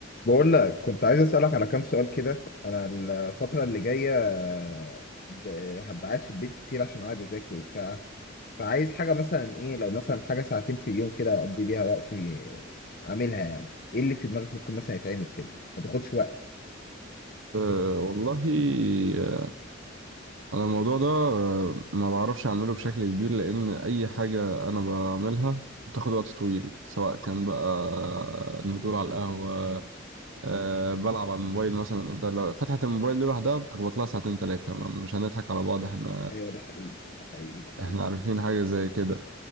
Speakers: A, on the left; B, on the right.
A: بقول لك كنت عايز أسألك على كام سؤال كده أنا الفترة اللي جاية آه، د- هبقى قاعد في البيت كتير عشان قاعد أذاكر وبتاع فعايز حاجة مثلا إيه لو مثلا حاجة ساعتين في اليوم كده أقضي بيها وقت أعملها يعني إيه اللي في دماغك ممكن مثلا يتعمل كده ما تاخدش وقت
B: أه والله آه، أنا الموضوع ده آه، ما بعرفش أعمله بشكل كبير لأن أي حاجة أنا بعملها بتاخد وقت طويل سواء كان بقى نزول على القهوة أه بلعب على الموبايل مثلا أنت لو فتحت الموبايل دي لوحدها بتخبط لها ساعتين تلاتة ما- مش هنضحك على بعض احنا
A: أيوه ده حقيقي ده حقيقي ده حقيقي
B: احنا عارفين حاجة زي كده